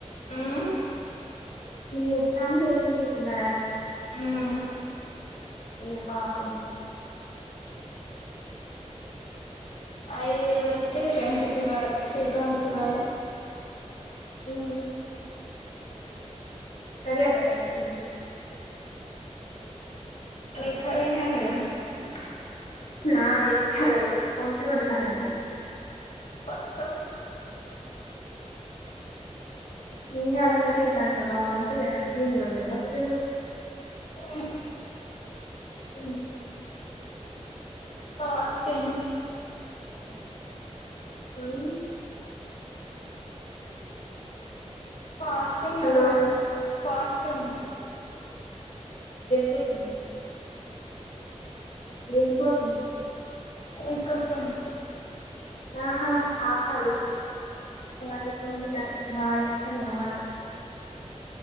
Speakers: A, on the left; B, on the left.
A: ఉమ్
B: <unintelligible>
A: ఉమ్ ఐదు వేలు పెట్టి రెం కిరాయి చిరం కిరాయి
B: అ కయాటప్పల్ చె
A: అ ఎక్కరి <unintelligible>
B: నా ఇల కొంత కూడాడతారది
A: వస్తా
B: నంగ్ అడకతింత అంత నే బాధ
A: ఆ
B: ఉ
A: <unintelligible>
B: అవు
A: ఫాస్టింగ్
B: హలో
A: అంతేనా ఫాస్టింగ్
B: కోసమ దేనికోసం
A: ఇంకా స
B: ఆహా ఆపాలి బాగా తెనువా మాట